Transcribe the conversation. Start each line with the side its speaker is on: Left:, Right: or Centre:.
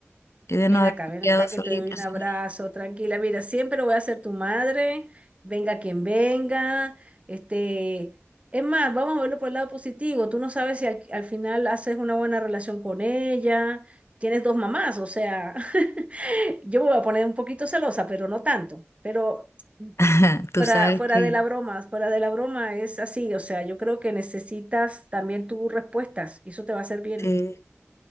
Left: y de no
Right: Ven
Left: haber
Right: acá, ven
Left: quedado
Right: acá
Left: solita.
Right: que te doy un
Left: sin-
Right: abrazo, tranquila. Mira, siempre voy a ser tu madre, venga quien venga. Este, es más, vamos a verlo por el lado positivo. Tú no sabes si al, al final haces una buena relación con ella, tienes dos mamás, o sea, <laughs> yo me voy a poner un poquito celosa, pero no tanto. Pero
Left: <laughs> Tú
Right: fuera,
Left: sabes
Right: fuera
Left: que
Right: de la broma, fuera de la broma es así, o sea, yo creo que necesitas también tus respuestas y eso te va a hacer bien.
Left: sí,